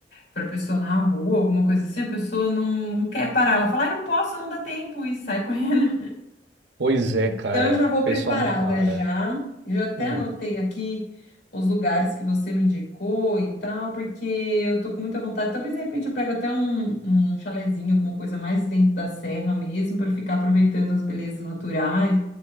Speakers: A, on the left; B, on the right.
A: para pessoa na rua, alguma coisa assim, a pessoa não, não quer parar. Ela fala, ai, não posso, não dá tempo, e sai <laughs> correndo.
B: Pois é, cara.
A: Então, eu já vou
B: O
A: preparada
B: pessoal não para.
A: já. Eu já até
B: Hum.
A: anotei aqui os lugares que você me indicou e tal, porque eu tô com muita vontade. Talvez, de repente, eu pego até um, um chalezinho, alguma coisa mais dentro da serra mesmo, para ficar aproveitando as belezas naturais,